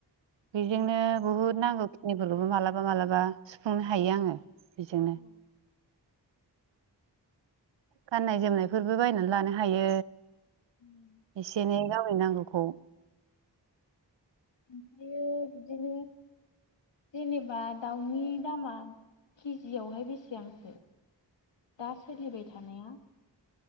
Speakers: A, on the right (about 85°); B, on the left (about 80°).
A: बेजोंनो
B: औ
A: बुहुद नांगौ खिनिफोरखौबो मालाबा-मालाबा सुफुंनो हायो आंङो बेजोंनो
B: औ।
A: गाननाय जोमनायफोरबो बायनानै लानो हायो
B: ओमफ्रायो
A: एसे एनै गाव नांगौ खौ।
B: बियो‌ बिदिनो जेनेबा दाउनि दामा केजियावहाय बेसेबांसो? दा सोलिबाय थानाया?